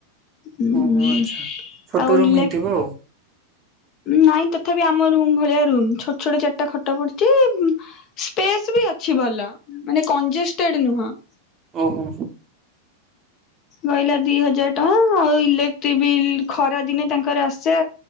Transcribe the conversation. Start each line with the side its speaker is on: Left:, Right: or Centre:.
Left: ଉଁ
Right: ଓହୋ ଆଚ୍ଛା ଛୋଟ
Left: ଆଉ
Right: ରୁମ୍
Left: ଇଲେ
Right: ହେଇଥିବ ଆଉ।
Left: ନାଇଁ ତଥାପି ଆମ ରୁମ୍ ଭଳିଆ ରୁମ୍ ଛୋଟ ଛୋଟ ଚାରିଟା ଖଟ ପଡଛି ସ୍ପେସ୍ ବି ଅଛି ଭଲ ମାନେ କଂଜେଷ୍ଟେଡ ନୁହଁ।
Right: ଓହୋ।
Left: କହିଲା ଦି ହଜାର ଟଙ୍କା ଆଉ ଇଲେକ୍ଟ୍ରିକ ବିଲ୍ ଖରା ଦିନେ ତାଙ୍କର ଆସେ